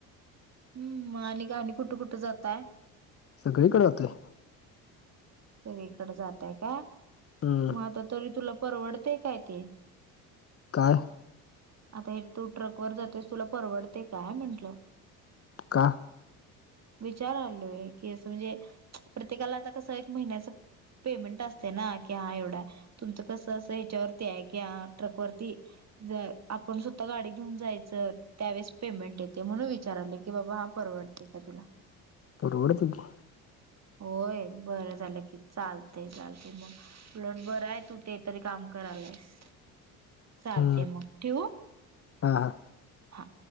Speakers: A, on the right (about 35°); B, on the left (about 30°).
A: हम् आणि काय आणि कुठं कुठं जातय?
B: सगळीकडे होतय <inaudible>
A: सगळीकडे जातय <inaudible> का
B: हम्म
A: मग आता तरी तुला परवडते काय ते <inaudible>
B: काय
A: आता हे तू ट्रक वर जातोयस तुला परवडतय काय म्हंटलं
B: का
A: विचारालोय की असं म्हणजे प्रत्येकाला आता कसं एक महिन्याच पेमेंट असतय ना कि हा एवढ हाय तुमचं कसं अस हेच्यावरती हाय कि हा ट्रक वरती ज आपण स्वतः गाडी घेऊन जायचं त्यावेळेस पेमेंट येतय म्हणून विचारालोय की बाबा प रवडते का तुला?
B: परवडतय की
A: होय बरं झालं की चालतय चालतय मग उलट बर हाय तू ते तरी काम करायलायस चालतय
B: हम्म
A: मग ठेवू
B: हा हा
A: हा